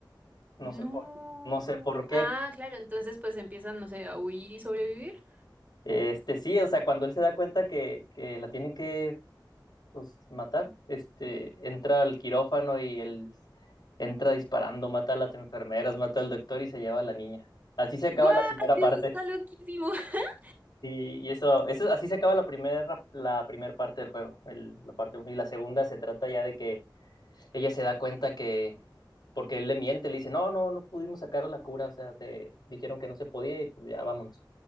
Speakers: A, on the right; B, on the left.
A: No.
B: No sé por, no sé por qué.
A: Ah, claro, entonces pues empiezan, no sé, a huir y sobrevivir.
B: Este, sí, o sea, cuando él se da cuenta que, que la tienen que pues, matar, este, entra al quirófano y él entra disparando, mata a las enfermeras, mata al doctor y se lleva a la niña. Así se acaba
A: ¡What!
B: la primera
A: Eso
B: parte.
A: está loquísimo. <laughs>
B: Sí, y eso, eso así se acaba la primera la primer parte del juego, el- la parte uno. Y la segunda se trata ya de que ella se da cuenta que, porque él le miente, le dice, no, no, no pudimos sacar la cura, o sea, te dijeron que no se podía y pues ya vámonos.